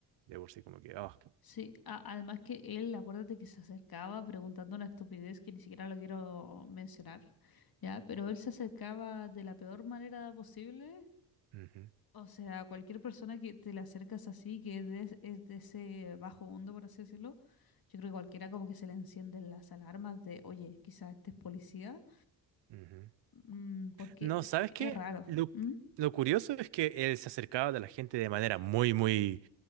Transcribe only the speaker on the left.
Sí, a- además que él, acuérdate que se acercaba preguntando una estupidez que ni siquiera lo quiero mencionar, ¿ya? Pero él se acercaba de la peor manera posible.
O sea, cualquier persona que te le acercas así, que es de, es de ese bajo mundo, por así decirlo, yo creo que cualquiera como que se le encienden las alarmas de, oye, quizás este es policía,
mm, porque
es raro.
¿Mm?